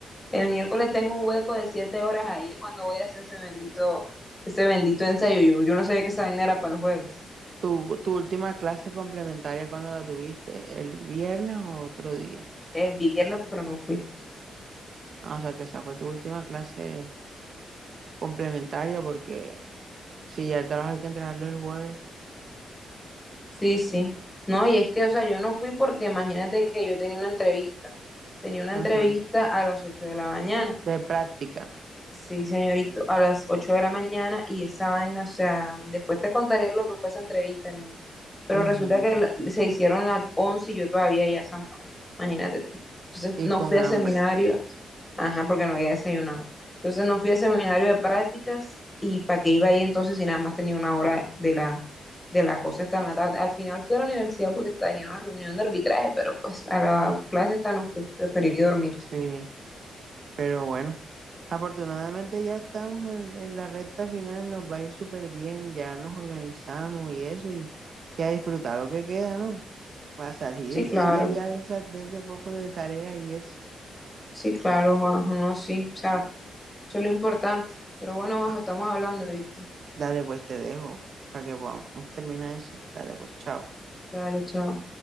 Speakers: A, on the left (about 15°); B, on the right (about 60°).
A: El miércoles tengo un hueco de siete horas ahí cuando voy a hacer ese bendito, ese bendito ensayo. Yo, yo no sabía que esa vaina era para el jueves.
B: ¿Tu, tu última clase complementaria cuando la tuviste? ¿El viernes o otro día?
A: El viernes, pero no fui.
B: Ah, o sea, que esa fue tu última clase complementaria porque si ya el trabajo hay que entregarlo el jueves.
A: Sí, sí. No, y es que, o sea, yo no fui porque imagínate que yo tenía una entrevista. Tenía una entrevista
B: Ujú.
A: a las 8 de la mañana.
B: De práctica.
A: Sí, señorito, a las 8 de la mañana y esa vaina, o sea, después te contaré lo que fue esa entrevista, niño. Pero
B: Ujú.
A: resulta que la- se hicieron las 11 y yo todavía ya zampa, imagínate tú. Entonces
B: Y
A: no
B: con
A: fui
B: hambre.
A: al seminario, ajá, porque no había desayunado. Entonces no fui al seminario de prácticas y para qué iba ahí entonces si nada más tenía una hora de la, de la cosa hasta en la tarde. Al final fui a la universidad porque tenía una reunión de arbitraje, pero pues a la clase esta no fui, preferí dormir.
B: Sí, pero bueno. Afortunadamente ya estamos en, en la recta final, nos va a ir súper bien, ya nos organizamos y eso, y, ya disfrutar lo que queda, ¿no? A salir
A: Sí,
B: enseguida
A: claro.
B: ya de, esa- de ese poco de tarea y eso.
A: Sí, claro, Juanjo, no, sí, o sea, eso es lo importante. Pero bueno, Juanjo,
B: Ah,
A: estamos hablando, ¿viste?
B: Dale, pues te dejo para que podamos terminar eso. Dale, pues chao.
A: Dale, chao.